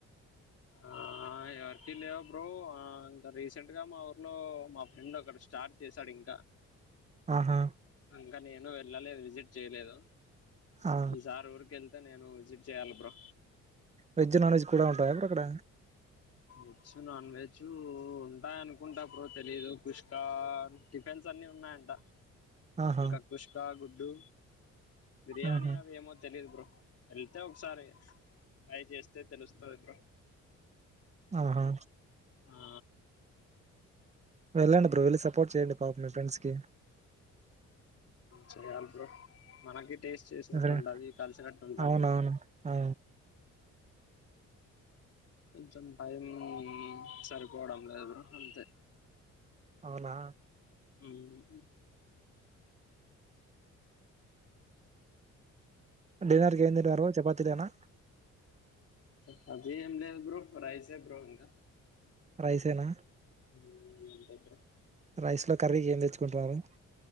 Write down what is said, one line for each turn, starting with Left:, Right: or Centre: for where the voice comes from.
Left: ఆ ఎవరికి లేవు బ్రో ఇంకా రీసెంట్ గా మా ఊర్లో మా ఫ్రెండ్ ఒకడి స్టార్ట్ చేసాడు ఇంకా
Right: ఆహా
Left: ఇంకా నేను వెళ్ళలేదు విజిట్ చేయలేదు
Right: ఆ
Left: ఈ సార్ ఊరిక వెళ్తే నేను విజట్ చేయ్యల్ బ్రో
Right: వెజ్ నాన్వెజ్ కూడా ఉంటాయా అప్పుడు అక్కడ
Left: వెజ్ నాన్ వెజ్ ఉంటాయి అనుకుంటా ఏమో తెలీదు కుష్కా టిఫెన్స్ అన్ని ఉన్నాయంట
Right: ఆహా
Left: ఇంకా కుష్కా గు గుడ్డు బిర్యానీ
Right: ఆహా
Left: అవిమో తెలియదు బ్రో వెళ్తే ఒకసారి అయి ట్రై చేస్తే తెలుస్తస్తాది బ్రో
Right: ఆహా
Left: ఆ
Right: వెళ్ళండి బో వెళ్ళి సపోర్ట్ చేయండి పాపం మీ ఫ్రెండ్స్ కి
Left: చేయల్ బ్రో మనకి టేస్ట్ చేసినట్టుండది
Right: మీ ఫ్రెండ్
Left: కలిసినట్టు ఉంటది
Right: అవునవును ఆ
Left: కొంచెం టైం సరిపోవడం లేదు బ్రో అంతే
Right: అవునా
Left: ఉం
Right: డిన్నర్ క ఏం తినారు చపాతీ లేనా
Left: సబ్జి ఏంలేదు బ్రో రైసే బ్రో ఇంక
Right: రైసేనా
Left: హ్ అంతే బ్రో
Right: రైస్ లో కర్రీ ఏం తెచ్చుకుంటున్నారు